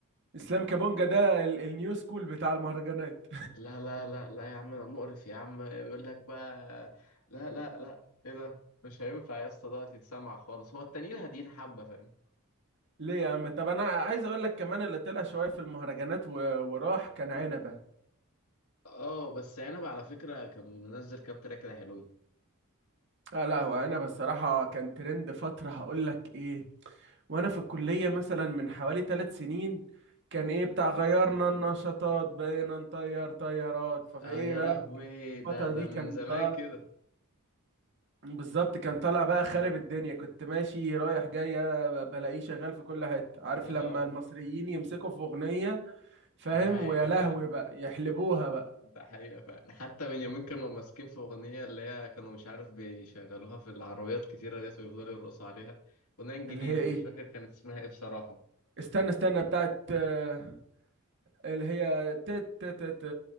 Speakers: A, on the right; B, on the left.
A: اسلام كابونجا ده ال- النيو سكول بتاع المهرجانات
B: لا لا لا لا يا عم انا مقرف يا عم يقول لك بقى لا لا لا ايه ده مش هينفع يا اسطى دوت يتسمع خالص هو التانيين هاديين حبه فاهم
A: <laughs> ليه يا عم طب انا عايز اقول لك كمان اللي طلع شوية في المهرجانات و- وراح كان عنبة
B: اه بس عنب على فكره كان منزل كام تراك كده حلوين
A: لا لا هو انا بصراحة كان ترند فترة هقول لك ايه وانا في الكلية مثلا من حوالي ثلاث سنين كان ايه بتاع غيرنا النشاطات بقينا نطير طيارات ففي
B: اه
A: ايه
B: يا
A: بقى
B: لهوي
A: في الفترة
B: ده ده
A: دي كان
B: من زمان
A: طالع
B: كده
A: بالظبط كان طالع بقى خارب الدنيا كنت ماشي رايح جاي أنا بلاقيه شغال في كل حتة عارف
B: اه
A: لما المصريين يمسكوا في اغنية فاهم
B: ده حقيقه
A: ويا لهوي
B: فعلا
A: بقى يحلبوها بقى
B: ده حقيقه فعلا حتى من يومين كانوا ماسكين في اغنيه اللي هي كانوا مش عارف بيشغلوها في العربيات كتيره ديت ويفضلوا يرقصوا عليها اغنيه انجليزي
A: اللي هي ايه
B: مش فاكر كانت اسمها ايه بصراحه
A: استنى استنى بتاعت آه، اللي هي تت تت تت